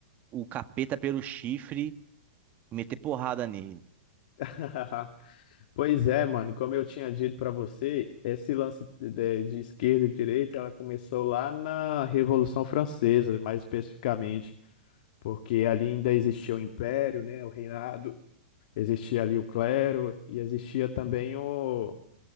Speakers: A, on the right; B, on the left.
A: o capeta pelo chifre e meter porrada nele.
B: <laughs> Pois é, mano, como eu tinha dito pra você, esse lance de, de esquerda e direita, ela começou lá na Revolução Francesa, mais especificamente, porque ali ainda existia o Império, né, o reinado, existia ali o clero e existia também o,